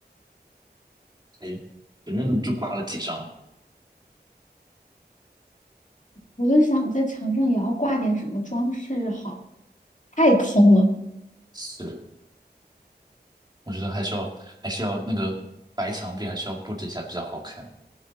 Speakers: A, on the right (about 25°); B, on the left (about 45°).
A: 哎，反正就挂了几张。
B: 我就想在墙上也要挂点什么装饰好，太空了。
A: 是，我觉得还是要还是要那个白墙壁还是要布置一下比较好看。